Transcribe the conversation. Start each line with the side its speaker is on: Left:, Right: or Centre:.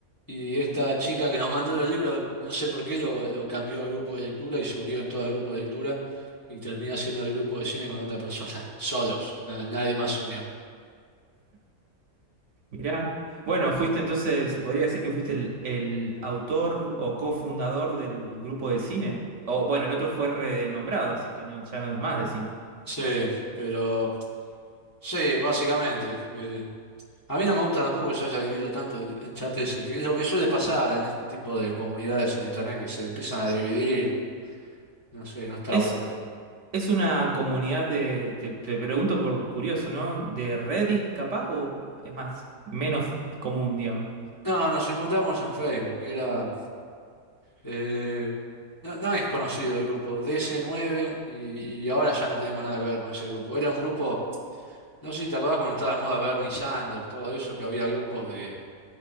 Left: Y esta chica que nos mandó los libros, no sé por qué, lo, lo cambió a grupo de lectura y se unieron todos al grupo de lectura y termina siendo el grupo de cine con otra persona, <laughs> solos, na- nadie más se unió.
Right: Mirá. Bueno, fuiste entonces, se podría decir que fuiste el, el autor o cofundador del grupo de cine. O bueno, el otro fue renombrado, así que no, ya no es más de cine.
Left: Sí, pero sí, básicamente. eh, a mí no me gusta tampoco que se haya dividido tanto el el chat ese, que es lo que suele pasar en este tipo de comunidades en internet, que se empiezan a dividir, no sé, no está
Right: Es,
Left: bueno.
Right: es una comunidad de, te, te pregunto por curioso, ¿no? ¿De Reddit capaz o es más, menos común, digamos?
Left: No, nos encontramos en Facebook, era... Eh, no, no es conocido el grupo, dc nueve y, y ahora ya no tenemos nada que ver con ese grupo. Era un grupo, no sé si te acordás cuando estaba de moda Bernie Sanders, todo eso, que había grupos de,